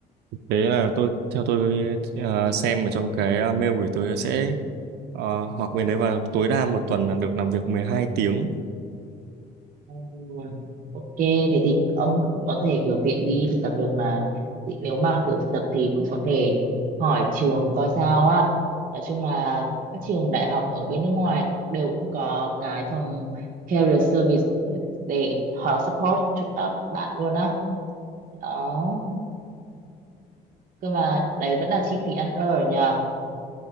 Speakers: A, on the right; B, on the right.
A: Đấy là tôi theo tôi ờ, xem ở trong cái ờ, mail gửi tôi sẽ ờ, học bên đấy và tối đa một tuần là được làm việc 12 tiếng.
B: Ôi, Ok, thế thì ông cũng có thể kiểu tiện đi thực tập được này. Thì Nếu mà kiểu thực tập thì cũng có thể hỏi trường coi sao á. Nói chung là các trường đại học ở bên nước ngoài đều cũng có cái phòng career service để họ support cho các bạn luôn á. Đó. Cơ mà đấy vẫn là chi phí ăn ở nhờ.